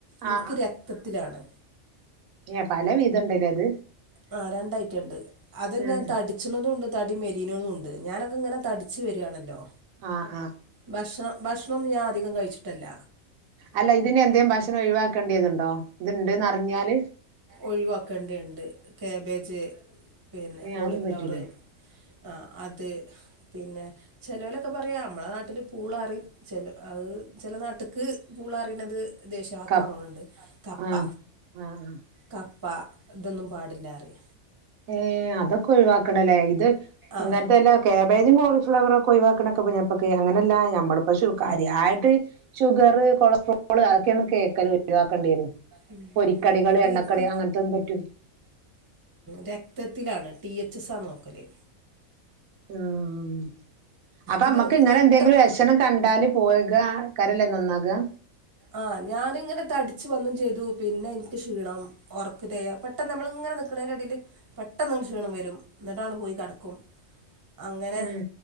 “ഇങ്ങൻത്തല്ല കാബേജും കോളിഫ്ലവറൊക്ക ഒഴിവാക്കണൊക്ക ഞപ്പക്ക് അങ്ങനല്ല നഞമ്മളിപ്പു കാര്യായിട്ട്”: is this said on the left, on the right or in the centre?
Right